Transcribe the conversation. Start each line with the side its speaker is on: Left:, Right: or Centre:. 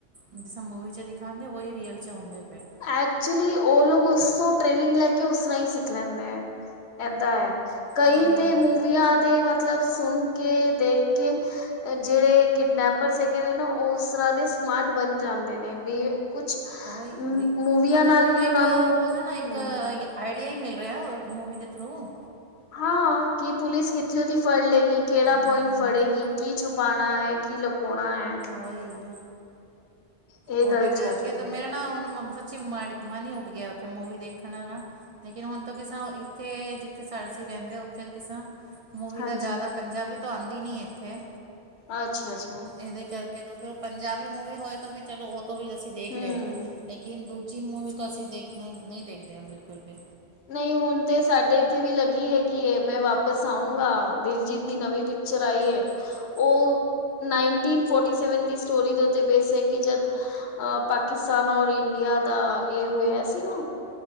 Right: ਜਿਸਾਂ ਮੂਵੀ ਦਿਖ ਖਾਂਦੇ, ਔਈ ਰੀਅਲ ਚ ਹੁੰਦੇ ਪੈ।
Left: ਐਚਲੀ ਓ ਲੋਕ ਓਸ ਤੋਂ ਟ੍ਰੇਨਿੰਗ ਲੈ ਕੇ ਓਸਰ੍ਹਾਂ ਹੀ ਸਿੱਖ ਲੈਂਦੇ ਐ, ਏਦਾਂ ਐ। ਕਈ
Right: ਉਹੀ
Left: ਤੇ ਮੂਵੀਆਂ ਦੇ ਮਤਲਬ ਸੁਣ ਕੇ ਦੇਖ ਕੇ ਜੇੜੇ ਕਿਡਨੈਪਰਸ ਹੈਗੇ ਨੇ ਨਾ ਓ ਓਸ ਤਰ੍ਹਾਂ ਦੇ ਸਮਾਰਟ ਬਣ ਜਾਂਦੇ ਨੇ ਮੇ ਕੁਛ
Right: ਔਈ-ਔਈ,
Left: ਮੂਵੀਆਂ
Right: ਮਤਲਬ
Left: ਨਾਲ
Right: ਓਨਾਂ
Left: ਵੀ
Right: ਨੂੰ ਏਕ
Left: ਉਹਨਾਂ
Right: ਬੋਲਦੇ ਨਾ ਏਕ
Left: ਹਮ
Right: ਆਈ ਆਈਡੀਆ ਈ ਮਿਲ ਰੇਆ ਮੂਵੀ ਦੇ ਥਰੂ।
Left: ਹਾਂ, ਕੀ ਪੁਲਿਸ ਕਿੱਥੇ ਔਦੀ ਫੜ ਲੇਗੀ ਕੇੜਾ
Right: ਹਮ
Left: ਪੁਆਇੰਟ ਫੜੇਗੀ ਕੀ ਛੁਪਾਣਾ ਐ ਕੀ ਲਕੋਣਾ ਐ।
Right: ਔਈ,
Left: ਇਹ
Right: ਔਦੇ
Left: ਗੱਲ
Right: ਕਰਕੇ
Left: ਚੱਲ ਰਹੀ
Right: ਤਾਂ ਮੇਰਾ
Left: ਹੈ
Right: ਨਾ, ਹੁਣ ਮ ਸਚੀ ਮਾ ਮਨ ਈ ਓਠ ਗੇਆ ਓਥੇ ਮੂਵੀ ਦੇਖਣ ਨਾ ਲੇਕਿਨ ਹੁਣ ਤਾਂ ਕਿਸਾਂ ਨੋ ਈਥੇ ਜਿੱਥੇ ਸਾ ਅਸੀ ਰੈਂਦੇ, ਓਥੇ ਤਾਂ ਕਿਸਾਂ ਮੂਵੀ
Left: ਹਾਂਜੀ
Right: ਤਾਂ ਜ਼ਾਦਾ ਪੰਜਾਬੀ ਤੋਂ ਆਂਦੀ ਨੀ ਏਥੇ।
Left: ਆ ਛਾ-ਛਾ।
Right: ਏਦੇ ਕਰਕੇ, ਫਿਰ ਔ ਪੰਜਾਬੀ ਮੂਵੀ ਹੋਏ ਤਾਂ ਫਿ ਚਲੋ ਔ ਤੋਂ ਵੀ ਅਸੀਂ ਦੇਖ
Left: ਹਮ
Right: ਲੇਨੇ ਲੇ ਕੇਨ ਦੂਜੀ ਮੂਵੀ ਤੋ ਅਸੀਂ ਦੇਖਣੇ ਨਈ ਦੇਖਦੇ ਆ ਬਿਲਕੁਲ ਵੀ।
Left: ਨਈ, ਹੁਣ ਤੇ ਸਾਡੇ ਏਥੇ ਵੀ ਲੱਗੀ ਹੈਗੀ ਏ ਮੈਂ ਵਾਪਸ ਆਊਂਗਾ, ਦਿਲਜੀਤ ਦੀ ਨਵੀਂ ਪਿਕਚਰ ਆਈ ਏ।
Right: <inaudible>
Left: ਓ, ਨਾਇਨਟਿਨ ਫੋਟੀ-ਸੈਵਨ ਦੀ ਸਟੋਰੀ ਦੇ ਉਤੇ ਬੇਸ ਏ ਕਿ ਜਦ ਅ ਪਾਕਿਸਤਾਨ ਔਰ ਇੰਡੀਆ ਦਾ ਏ ਹੋਇਆ ਸੀ ਨਾ,